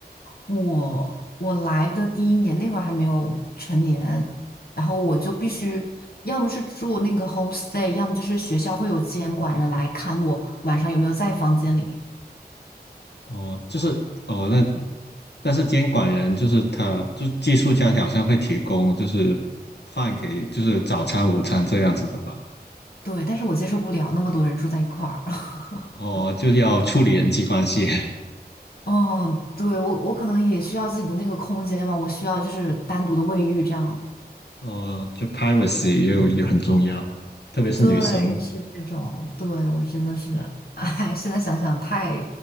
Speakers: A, on the left; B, on the left.
A: 我我来的第一年那会儿还没有成年，然后我就必须要么是住那个 homestay，要么就是学校会有监管人来看我晚上有没有在房间里。
B: 哦，就是哦，那但是监管人就是他，就是寄宿家庭好像会提供就是饭给就是早餐、午餐这样子的吧？
A: 对，但是我接受不了那么多人住在一块儿。<laughs>
B: 哦，就要处理人际关系，
A: 嗯，对，我我可能也需要自己的那个空间吧，我需要就是单独的卫浴这样。
B: <laughs> 哦，就 privacy 又也很重要，特别是女生。
A: 对，是这种。对，我真的是，哎，现在想想太，